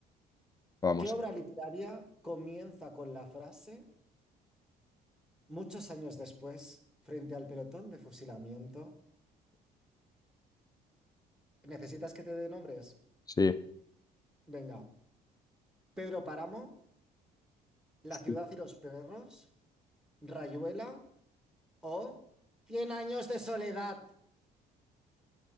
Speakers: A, on the left; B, in the centre.
A: Vamos.
B: ¿Qué obra literaria comienza con la frase, muchos años después, frente al pelotón de fusilamiento? ¿Necesitas que te dé nombres?
A: Sí.
B: Venga. Pedro Páramo, La
A: Sí.
B: ciudad y los perros, Rayuela o Cien años de soledad.